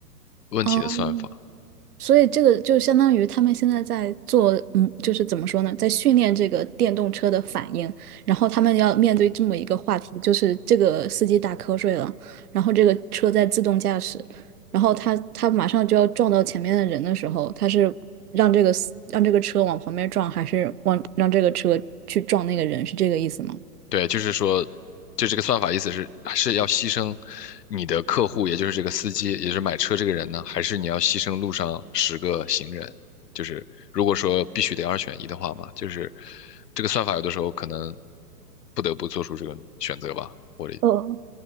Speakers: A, on the left; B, on the right.
A: 问题的算法。
B: 哦所以这个就相当于他们现在在做，嗯，就是怎么说呢，在训练这个电动车的反应，然后他们要面对这么一个话题，就是这个司机打瞌睡了，然后这个车在自动驾驶，然后他他马上就要撞到前面的人的时候，他是让这个司让这个车往旁边撞，还是往让这个车去撞那个人，是这个意思吗？
A: 对，就是说，就这个算法意思是是要牺牲你的客户，也就是这个司机，也就是买车这个人呢，还是你要牺牲路上十个行人？就是如果说必须得二选一的话嘛，就是这个算法有的时候可能不得不做出这个选择吧。我
B: 哦，